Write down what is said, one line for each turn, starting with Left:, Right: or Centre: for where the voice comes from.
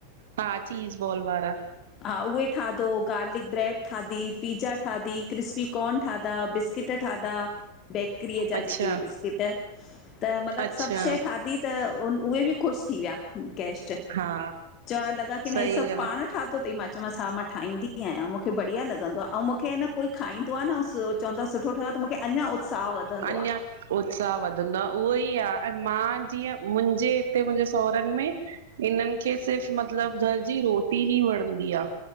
Right: हा चीज़ बॉल वारा
Left: हा उहे ठाहितो गार्लिक ब्रैड ठाहती पिज़्ज़ा ठाहती क्रिस्पी कॉर्न ठाहता बिस् बिस्किट ठाहिता बेकरीअ जा
Right: अच्छा
Left: जेके इहे बिस्किट त मतिलब
Right: अच्छा
Left: सभ शइ ठाहती त उहे भी ख़ुश थी वया, गैस्ट।
Right: हा
Left: चवण लॻा की न
Right: सही
Left: हे सभ
Right: ॻाल्हि
Left: पाण ठाहतो थई मां च मांस हा मां ठाहदीं बीआहियां मूखे बढ़िया लॻ ंआहे ऐं मूंखे न कोई खाईंदो आहे न चवंदो आहे सुठो ठहियो आहे त मुखे अञा उत्साह वधंदो
Right: अञा
Left: आहे
Right: उत्साह वधंदो आहे उहो ई आहे ऐं मां जीअं मुहिंजे हिते मुंहिंजे सावरन में इन्हनि खे सिर्फ़ मतिलब घर जी रोटी ई वणंदी आ।